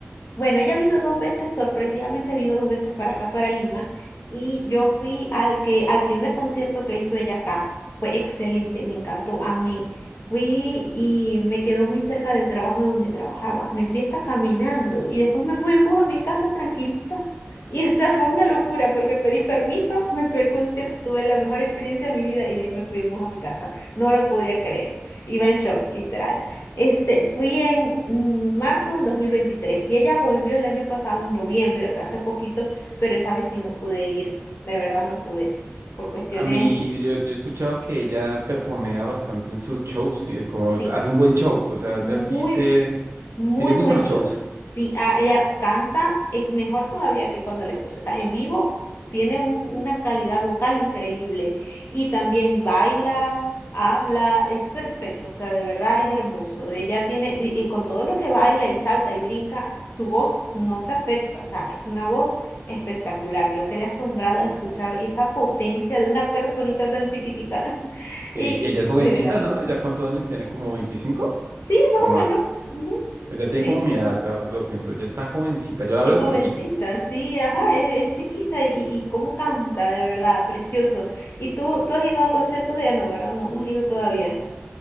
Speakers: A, on the left; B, on the right.
A: Bueno, ella vino dos veces, sorpresivamente vino dos veces para acá, para Lima, y yo fui al que, al primer concierto que hizo ella acá. Fue excelente, me encantó, a mí Fui y me quedó muy cerca del trabajo donde trabajaba. Me fui hasta caminando y después me fui en bus a mi casa tranquilita. <laughs> Y o sea, fue una locura porque pedí permiso, me fui al concierto, tuve la mejor experiencia de mi vida y de ahí me fui en bus a mi casa. No lo podía creer. Iba en shock, literal. Este, fui en mm, marzo del 2023 y ella volvió el año pasado en noviembre, o sea, hace poquito, pero esa vez sí no pude ir, de verdad no pude, por cuestiones,
B: A mí, yo, yo he escuchado que ella perfumea bastante en sus shows, y como
A: sí,
B: hace un buen show, o sea,
A: muy
B: ya sí se,
A: Muy
B: sí le gustan
A: buen
B: los
A: show.
B: shows.
A: Sí, ah, ella canta eh, mejor todavía que cuando la escucho. O sea, en vivo tiene un- una calidad vocal increíble y también baila, habla, es perfecto. O sea, de verdad es hermoso. Ella tiene, y, y con todo lo que baila y salta y brinca, su voz no se afecta. O sea, es una voz espectacular. Yo quedé asombrada de escuchar esa potencia de una personita tan chiquitica. <laughs>
B: Sí,
A: Y
B: y ella es
A: de
B: jovencita,
A: verdad.
B: ¿no? ¿Ella cuántos años tiene? ¿Como 25
A: Sí, más
B: o
A: o
B: más?
A: menos. ujú,
B: Ella
A: Sí.
B: tiene como mi edad, ahora que lo pienso, ella está jovencita, yo la
A: Es
B: veo
A: jovencita,
B: pollita.
A: sí, ajá, es, es chiquita y, y cómo canta, de verdad, precioso. Y tú, tú has ido a conciertos de ella, no, ¿verdad? No, no has ido todavía,